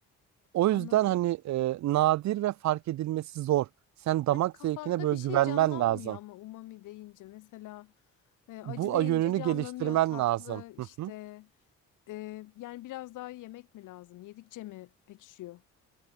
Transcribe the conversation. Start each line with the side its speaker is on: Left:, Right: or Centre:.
Right: O
Left: anladım.
Right: yüzden hani e, nadir ve fark edilmesi zor. Sen damak
Left: Hani kafamda
Right: zevkine böyle
Left: bir şey
Right: güvenmen
Left: canlanmıyor
Right: lazım.
Left: ama umami deyince mesela e, acı
Right: Bu
Left: deyince
Right: yönünü
Left: canlanıyor
Right: geliştirmen
Left: tatlı
Right: lazım.
Left: işte
Right: Hı hı.
Left: Ee, yani biraz daha yemek mi lazım? Yedikçe mi pekişiyor? <clears throat>